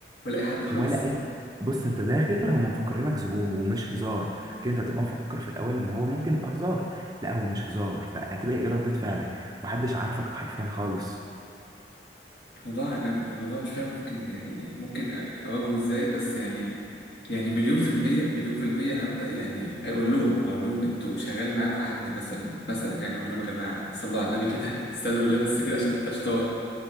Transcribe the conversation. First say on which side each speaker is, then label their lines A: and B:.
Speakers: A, on the left; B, on the right.
A: ولا اي حد خالص
B: ولا اي بص انت داخل هما مفكرينك زبون ومش هزار كده انت هتبقى مفكر في الاول ان هو ممكن يبقى هزار لا هو مش هزار فهتبقى ايه ردة فعلك محدش عارفك حرفيا خالص
A: الموضوع انا الموضوع مش فاهم ممكن يعني ممكن اواجهه ازاي بس يعني يعني مليون في المية مليون في المية هبدأ يعني اقول لهم هقول لهم انتوا شغال معاكم حد مثلا مثلا يعني اقول لهم يا جماعة صلوا على النبي كده <laughs> استهدوا بالله بس كده عشان ده شيطان <laughs>